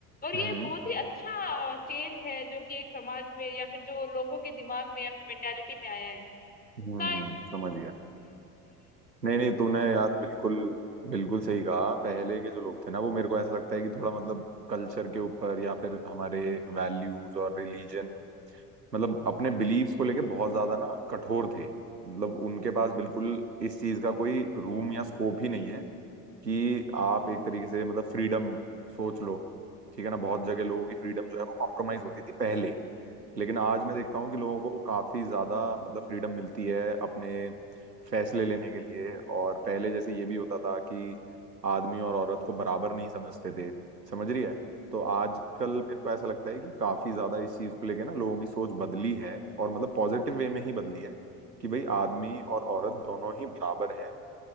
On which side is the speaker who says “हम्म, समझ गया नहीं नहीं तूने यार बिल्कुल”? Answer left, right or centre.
Right